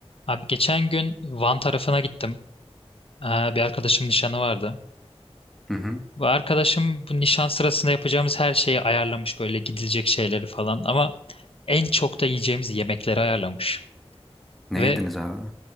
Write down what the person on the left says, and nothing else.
Abi geçen gün Van tarafına gittim. Ee, bir arkadaşım nişanı vardı.
Bu arkadaşım bu nişan sırasında yapacağımız her şeyi ayarlamış böyle gidilecek şeyleri falan ama en çok da yiyeceğimiz yemekleri ayarlamış.
Ve